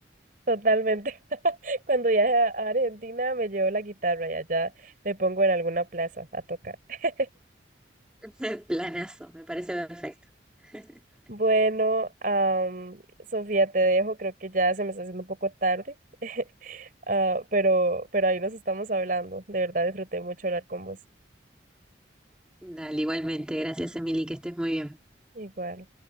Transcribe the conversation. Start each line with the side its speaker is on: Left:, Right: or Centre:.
Right: Totalmente. <laughs> Cuando viaje a a Argentina me llevo la guitarra y allá me pongo en alguna plaza a tocar. <laughs>
Centre: <laughs> Planazo, me parece perfecto. <laughs>
Right: Bueno, am, Sofía, te dejo. Creo que ya se me está haciendo un poco tarde, <laughs> Ah, pero, pero ahí nos estamos hablando. De verdad disfruté mucho hablar con vos.
Centre: Dale, igualmente. Gracias, Emily, que estés muy bien.
Right: Igual.